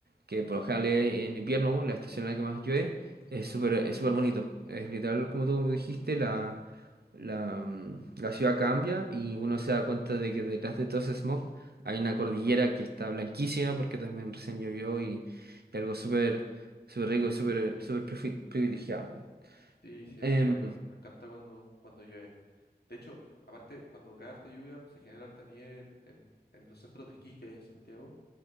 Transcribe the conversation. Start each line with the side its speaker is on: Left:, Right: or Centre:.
Right: que por lo general es en invierno, la estación en la que más llueve, es súper es súper bonito. Es literal, como tú dijiste, la la, la ciudad cambia y uno se da cuenta de que detrás de todo ese smog hay una cordillera que está blanquísima porque también recién llovió y, y algo súper súper rico y súper súper privi- privilegiado.
Left: Sí, sí, es
Right: Em,
Left: muy bonito. Me encanta cuando, cuando llueve. De hecho, aparte, cuando cae harta lluvia, se genera harta nieve en, en- en los centros de esquí que hay en Santiago.